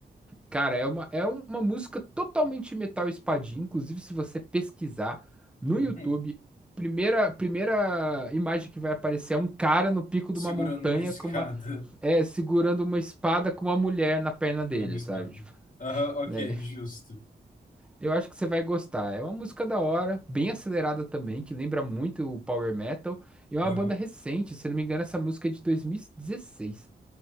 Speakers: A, in the centre; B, on the left.
A: Cara, é uma, é um, uma música totalmente metal espadinha. Inclusive, se você pesquisar no
B: <laughs>
A: YouTube, primeira primeira imagem que vai aparecer é um cara no pico
B: Segurando
A: de uma montanha
B: uma escada.
A: com uma é, segurando uma espada com uma mulher na perna dele,
B: É uma espada.
A: sabe? Tipo,
B: Aham, ok,
A: né?
B: justo.
A: Eu acho que você vai gostar. É uma música da hora, bem acelerada também, que lembra muito o Power Metal. E é uma
B: Aham.
A: banda recente, se não me engano, essa música é de 2016.